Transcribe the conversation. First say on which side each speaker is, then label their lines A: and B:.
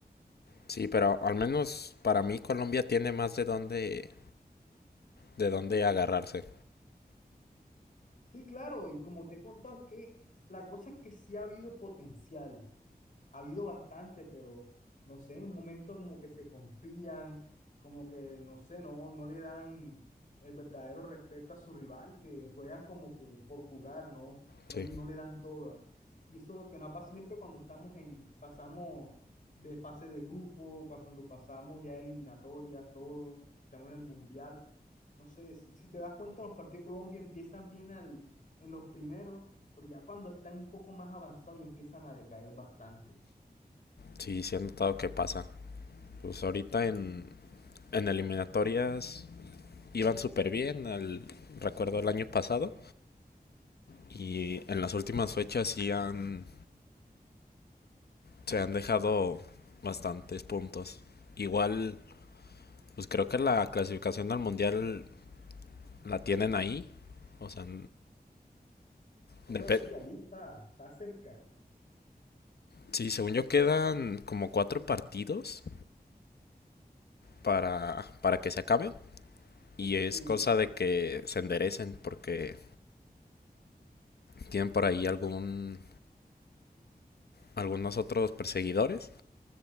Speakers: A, on the left (about 75°); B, on the left (about 55°).
A: Sí, pero al menos para mí Colombia tiene más de dónde de dónde agarrarse.
B: Sí, claro, y como te he contado, es que la cosa es que sí ha habido potencial, ha habido bastante, pero no sé, en un momento como que se confían, como que no sé, no, no le dan el verdadero respeto a su rival, que juegan como que por jugar, ¿no? No,
A: Sí.
B: no le dan toda. Y eso es lo que nos pasa siempre cuando estamos en, pasamos de fase de grupo, cuando pasamos ya de eliminatorias, todo, estamos en el mundial. No sé, si, si te das cuenta, los partidos de Colombia empiezan bien al, en los primeros, pero ya cuando están un poco más avanzados ya empiezan a decaer bastante.
A: Sí, sí he notado que pasa. Pues ahorita en en eliminatorias iban súper bien, al recuerdo el año pasado y en las últimas fechas sí han se han dejado bastantes puntos. Igual, pues creo que la clasificación al mundial la tienen ahí. O sea,
B: O
A: depende.
B: sea, sí, ahí está, está cerca.
A: Sí, según yo quedan como cuatro partidos para, para que se acaben. Y es
B: Sí,
A: cosa de que se enderecen porque tienen por ahí algún, algunos otros perseguidores.